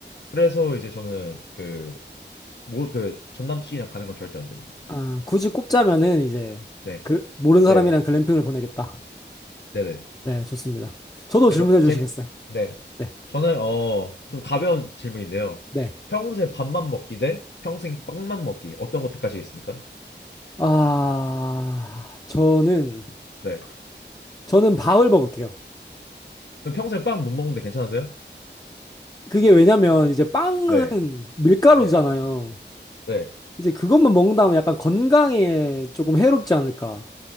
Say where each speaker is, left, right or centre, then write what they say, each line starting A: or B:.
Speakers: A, on the left; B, on the left.
A: 그래서 이제 저는 그 뭐 그 전 남친이랑 가는 건 절대 안 됩니다.
B: 아, 굳이 꼽자면은 이제
A: 네,
B: 글, 모르는 사람이랑
A: 네,
B: 글램핑을 보내겠다.
A: 네, 네.
B: 네, 좋습니다. 저도
A: 내가
B: 질문해 주시겠어요?
A: 제, 네.
B: 네.
A: 저는, 어, 좀 가벼운 질문인데요.
B: 네.
A: 평생 밥만 먹기 대 평생 빵만 먹기. 어떤 거 택하시겠습니까?
B: 아, 저는,
A: 네.
B: 저는 밥을 먹을게요.
A: 그럼 평생 빵 못 먹는데 괜찮으세요?
B: 그게 왜냐면 이제 빵은
A: 네.
B: 밀가루잖아요.
A: 네. 네.
B: 이제 그것만 먹는다면 약간 건강에 조금 해롭지 않을까.